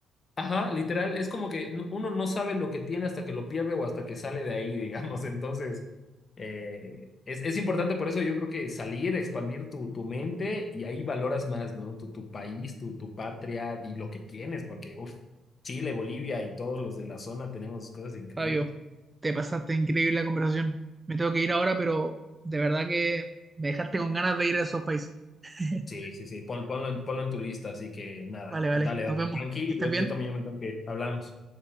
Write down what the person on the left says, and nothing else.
Ajá, literal, es como que no- uno no sabe lo que tiene hasta que lo pierde o hasta que sale de ahí, digamos. <laughs> Entonces, eh, es, es importante por eso yo creo que salir, expandir tu, tu mente y ahí valoras más, ¿no? Tu, tu país, tu, tu patria y lo que tienes, porque, uff, Chile, Bolivia y todos los de la zona tenemos cosas increíbles.
Sí, sí, sí, pon- ponlo, en, ponlo en tu lista, así que nada,
dale,
dale,
tranqui,
yo,
yo también ya me tengo que ir, hablamos.